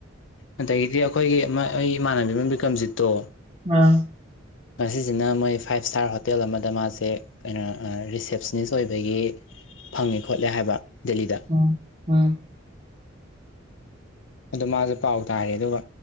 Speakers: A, on the left; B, on the right.
A: ꯑꯗꯒꯤꯗꯤ ꯑꯩꯈꯣꯏꯒꯤ ꯑꯩ ꯏꯃꯥꯟꯅꯕꯤ ꯑꯃ ꯕꯤꯀ꯭ꯔꯝꯖꯤꯠꯇꯣ
B: ꯑꯥ
A: ꯉꯁꯤꯁꯤꯅ ꯃꯣꯏ ꯐꯥꯏꯞ ꯏꯁꯇꯥꯔ ꯍꯣꯇꯦꯜ ꯑꯃꯗ ꯃꯥꯁꯦ ꯀꯩꯅꯣ ꯔꯤꯁꯦꯞꯁꯅꯤꯁ ꯑꯣꯏꯕꯒꯤ ꯐꯪꯉꯦ ꯈꯣꯠꯂꯦ ꯍꯥꯏꯕ ꯗꯦꯜꯂꯤꯗ
B: ꯎꯝ ꯎꯝ
A: ꯑꯗ ꯃꯥꯁꯨꯦ ꯄꯥꯎ ꯇꯥꯔꯦ ꯑꯗꯨꯒ